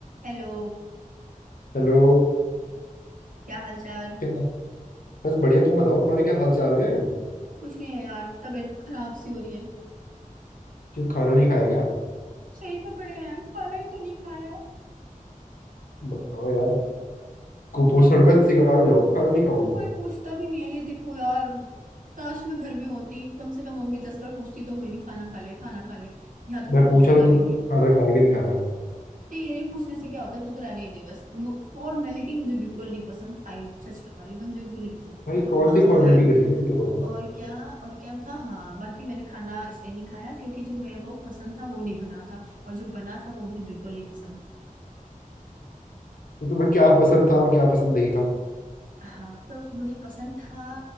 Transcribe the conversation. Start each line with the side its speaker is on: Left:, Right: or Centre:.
Right: Hello
Left: Hello
Right: क्या हाल चाल
Left: क्या बस बढ़िया तुम बताओ तुम्हारे क्या हाल चाल है
Right: कुछ नहीं है यार तबीयत खराब सी हो रही है
Left: क्यों खाना नहीं खाया क्या
Right: सही पकड़े हैं खाना ही तो नहीं खाया
Left: बताओ यार कुपोषण
Right: कोई
Left: का शिकार हो जाओगे खाना नहीं खाओगे तो
Right: कोई पूछता भी नहीं है ये देखो यार काश मैं घर में होती कम से कम मम्मी दस बार पूछती तो मुझे नहीं खाना खा ले खाना खा ले यहाँ तो
Left: मैं
Right: कोई
Left: पूछा
Right: पूछता
Left: तो
Right: भी
Left: तुमने
Right: नहीं है
Left: खाना खाया कि नहीं खाया
Right: तेरे पूछने से क्या होता है तू तो रहने ही दे बस फॉर्मेलिटी मुझे बिल्कुल नहीं पसंद आई सच बता रही हूँ मैं मुझे बिल्कुल नहीं पसंद
Left: भाई कौन
Right: आ,
Left: सी फॉर्मेलिटी कर दी मेरे को बताओ
Right: और क्या और क्या बता हाँ बाकी मैंने खाना इसलिए नहीं खाया क्योंकि जो मेरे को पसंद था वो नहीं बना था और जो बना था वो मुझे बिल्कुल नहीं पसंद
Left: तो तुम्हें क्या पसंद था और क्या पसंद नहीं था
Right: हाँ तो मुझे पसंद था